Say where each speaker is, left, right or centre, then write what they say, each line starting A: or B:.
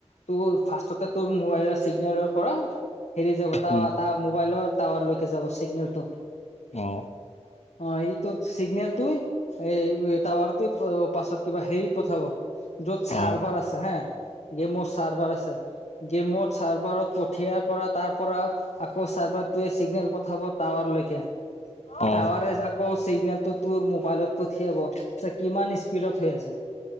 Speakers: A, on the left (about 80°); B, on the left (about 70°).
A: তোৰ ফাৰ্ষ্টতে তোৰ মোবাইলৰ চিগনেলৰ পৰা হেৰি যাব টাৱাৰ
B: উম
A: টা মোবাইলৰ টাৱাৰলৈকে যাব চিগনেলটো।
B: অ।
A: অ এই তোৰ চিগনেলটোই এই টাৱাৰটো পাছত কিবা হেৰি পঠাব যত চাৰ্ভাৰ
B: অ'
A: আছে হা। গেমৰ চাৰ্ভাৰ আছে। গেমৰ চাৰ্ভাৰত পঠিয়াৰ পৰা তাৰ পৰা আকৌ চাৰ্ভাৰটোৱে চিগনেল পঠাব টাৱাৰলৈকে।
B: অ'
A: টাৱাৰে আকৌ চিগনেলটো তোৰ মোবাইলত পঠিয়াব চা কিমান স্পীডত হৈ আছে।